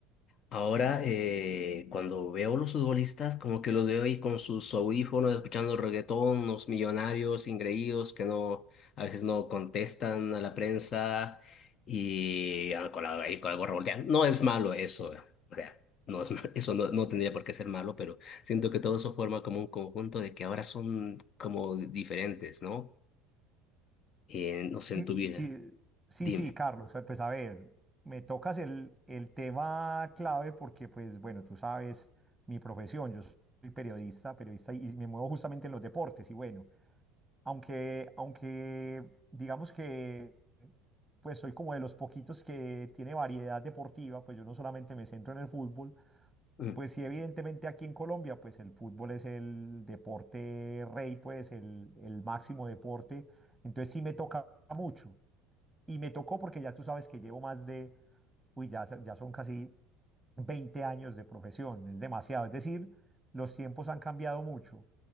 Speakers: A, on the left (about 45°); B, in the centre.
A: Ahora, eh, cuando veo los futbolistas, como que los veo ahí con sus audífonos, escuchando reggaetón, unos millonarios ingreídos que no, a veces no contestan a la prensa y ah, con la, ahí con la gorra volteada. No es malo eso, eh, o sea, no es, ma- <laughs> eso no, no tendría por qué ser malo, pero siento que todo eso forma como un conjunto de que ahora son como diferentes, ¿no? Eh, no sé,
B: Sí,
A: en tu vida,
B: sí, sí,
A: dime.
B: sí, Carlos, eh, pues a ver, me tocas el, el tema clave porque, pues bueno, tú sabes mi profesión, yo soy periodista, periodista y y me muevo justamente en los deportes y bueno, aunque, aunque digamos que pues soy como de los poquitos que tiene variedad deportiva, pues yo no solamente me centro en el fútbol,
A: Mm.
B: pues sí, evidentemente aquí en Colombia, pues el fútbol es el deporte rey, pues el, el máximo deporte. Entonces sí me toca mucho. Y me tocó porque ya tú sabes que llevo más de, uy, ya, so- ya son casi 20 años de profesión, es demasiado. Es decir, los tiempos han cambiado mucho.